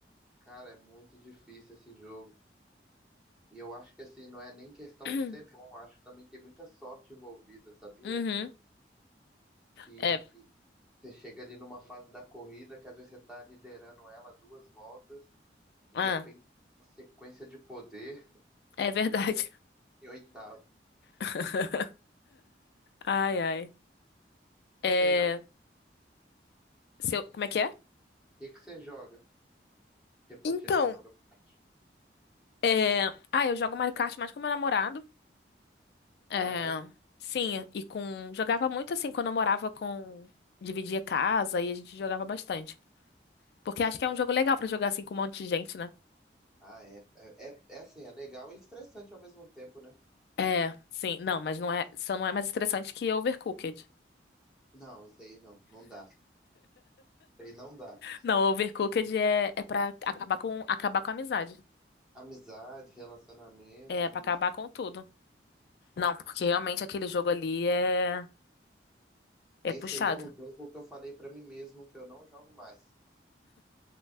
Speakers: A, in the centre; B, on the left (about 60°).
A: cara, é muito difícil esse jogo. E eu acho que, assim, não é nem questão
B: <clears throat>
A: de ser bom, eu acho que também tem muita sorte envolvida, sabia?
B: Uhum.
A: Que
B: É,
A: você chega ali numa fase da corrida, que às vezes você tá liderando ela duas voltas, de
B: ah,
A: repente, uma sequência de poder
B: é verdade.
A: em oitavo.
B: <laughs> Ai, ai. É,
A: Você
B: seu, como é que é?
A: que que você joga? Tipo,
B: Então,
A: tirando Mario Kart.
B: é, ah, eu jogo Mario Kart mais com meu namorado. É,
A: Ah, é?
B: sim, e com. Jogava muito assim quando eu morava com. Dividia casa e a gente jogava bastante. Porque acho
A: Ah,
B: que é um jogo
A: é.
B: legal pra jogar assim com um monte de gente, né?
A: Ah, É, é, é é assim, é legal e estressante ao mesmo tempo, né?
B: É, sim, não, mas não é, só não é mais estressante que Overcooked.
A: Não, isso aí não, não dá. Isso aí não dá.
B: Não, Overcooked é, é pra acabar com, acabar com a amizade.
A: Amizade, relacionamento.
B: É
A: n-
B: pra acabar com tudo. Não, porque realmente aquele jogo ali é,
A: Esse
B: é puxado.
A: aí é um jogo que eu falei pra mim mesmo que eu não jogo mais.